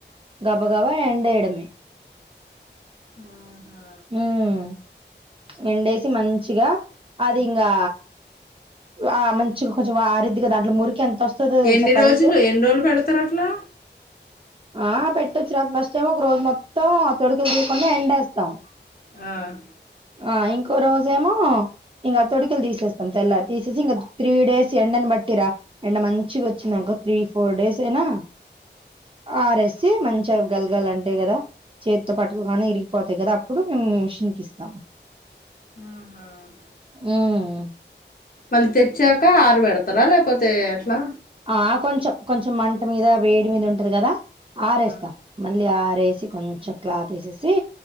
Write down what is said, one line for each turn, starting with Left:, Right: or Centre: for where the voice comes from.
Right: గబ గబ ఎండేయడమే,
Left: ఆహా
Right: ఉమ్మ్ ఎండేసి మంచిగా, అది ఇంగా ఆ మంచిగా కొంచెం ఆరిద్దీగా, దాంట్లో ముర్క్ కి ఎంత ఓస్తదో తెల్సా,
Left: ఎన్ని
Right: కడుగుతే.
Left: రోజులు ఎన్ని రోజులు పెడతారు అట్లా
Right: ఆ పెట్టొచ్చురా. ఫస్ట్ ఏమో ఒక రోజు మొత్తం తొడుకలు తీయకుండ ఎండేస్తాం.
Left: ఉమ్మ్.
Right: ఆ ఇంకో రోజేమో, ఇంగా తొడికలు తీసేస్తాం తెల్లారి. తీసేసి ఇంకా త్రీ డేస్, ఎండన్ బట్ బట్టి రా. ఎండ మంచిగ ఓచ్చిందనుకో త్రీ, ఫోర్ డేస్ అయినా, ఆరేసి, మంచ్ అవి గలగల అంటాయి కదా, చేతితో పట్టుగానే ఇరిగిపోతాయి కదా. అప్పుడు మేము మిషిన్కి ఇస్తాం.
Left: ఉహుమ్.
Right: ఉమ్
Left: వాళ్లు తెచ్చాక ఆరా బెడ్తరా, లేకపోతే ఎట్లా.
Right: ఆ కొంచెం, కొంచెం మంట మీద, వేడి మీద ఉంటది కదా. ఆరేస్తా
Left: ఆ
Right: మళ్ళీ ఆ, రేసి, కొంచెం క్లాత్ ఏసేసి,